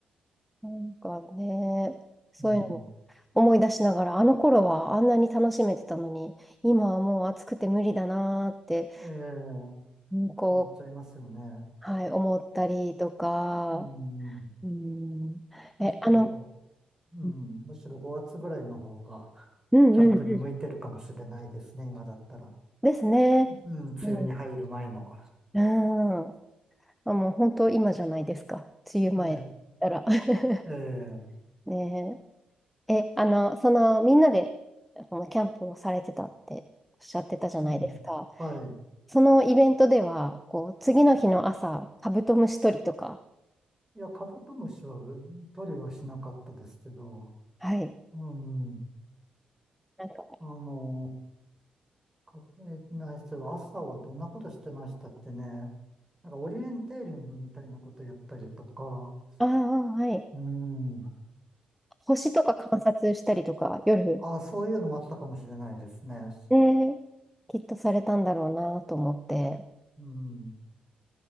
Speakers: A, in the centre; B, on the right.
A: なんかね、そういうのも思い出しながら、
B: うん、
A: あの頃はあんなに楽しめてたのに、今はもう暑くて無理だなーって、
B: ええ、
A: うんこう、
B: なっちゃいますよね。
A: はい、思ったりとか、
B: うん、
A: うん、
B: むしろ、
A: え、あの、
B: うん、
A: うん
B: むしろ5月ぐらいの方が、<laughs>
A: うんうん。
B: キャンプに向いてるかもしれないですね、今だったら。
A: ですね。
B: うん、梅雨に入る前の。
A: うん。うん。あ、もう本当今じゃないですか。梅雨前だったら。
B: え
A: <laughs>
B: え、ええ、
A: ねえ。え、あの、その、みんなで、その、キャンプをされてたっておっしゃってたじゃないですか。
B: うん、はい。
A: そのイベントでは、こう、次の日の朝、カブトムシ取りとか、
B: いや、カブトムシは取りはしなかったですけど、
A: はい。
B: うん。
A: なんか、
B: あの、かえな朝はどんなことしてましたっけね。なんかオリエンテーリングみたいなことやったりとか、
A: ああ、はい。
B: うん。ま
A: 星とか観察したりとか、夜、
B: あ、あ、そういうのもあったかもしれないですね。
A: ね、きっとされたんだろうなと思って。なん
B: うん。